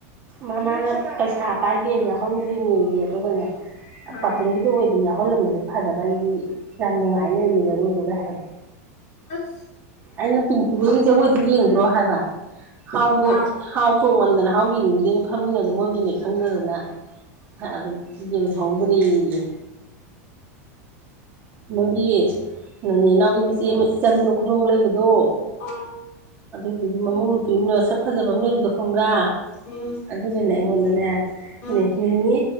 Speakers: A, on the right (about 20°); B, on the left (about 55°).
A: ꯃꯃꯥꯅ ꯄꯩꯁꯥ ꯄꯥꯏꯗꯦꯅ ꯌꯥꯎꯍꯟꯗ꯭ꯔꯤꯅꯤꯌꯦ ꯑꯗꯨꯒꯅꯦ
B: ꯑꯥ
A: ꯄꯥꯀꯤꯡꯒꯤ ꯑꯗꯨ ꯑꯣꯏꯗꯤ ꯌꯥꯎꯍꯜꯂꯝꯃꯁꯨ ꯐꯗꯕ ꯑꯩꯗꯤ ꯌꯥꯝ ꯅꯨꯡꯉꯥꯏ ꯂꯩꯔꯝꯃꯦ ꯖꯒꫭꯏꯗꯨꯒ ꯍꯥꯏ
B: ꯑꯁ
A: ꯑꯩꯅ ꯄꯤꯡꯇꯨ ꯍꯣꯏꯒꯤ ꯖꯒꯣꯏꯗꯤ ꯌꯦꯡꯗ꯭ꯔꯣ ꯍꯥꯏꯕ ꯍꯥꯎꯕ
B: ꯑꯥ
A: ꯍꯥꯎ ꯆꫭꯡꯃꯟꯗꯅ ꯍꯥꯎꯌꯦꯡꯅꯤꯡꯗꯦꯅ ꯐꯝꯃꯤꯉꯩꯗ ꯃꯣꯏꯒꯤꯅꯦ ꯈꯪꯗꯗꯅ ꯑꯗꯨꯝ ꯌꯦꯍꯧꯗ꯭ꯔꯦꯌꯦ ꯃꯣꯏꯒꯤ ꯅꯦꯅꯥꯎꯒꯤ ꯃꯆꯦ ꯑꯃ ꯏꯆꯟꯗꫭ ꯈꯨꯅꯧ ꯂꯩꯕꯗꯣ
B: ꯑꯥ
A: ꯑꯗꯨꯗꯨꯒꯤ ꯃꯃꯧ ꯅꯨꯄꯤ ꯃꯁꯛ ꯐꯖꯕꯤ ꯑꯃ ꯂꯩꯕꯗꯣ ꯈꯪꯕ꯭ꯔꯥ
B: ꯎꯝ
A: ꯑꯗꯨꯅꯅꯦ ꯑꯩꯉꯣꯟꯗ ꯅꯦꯅꯦ
B: ꯎꯝ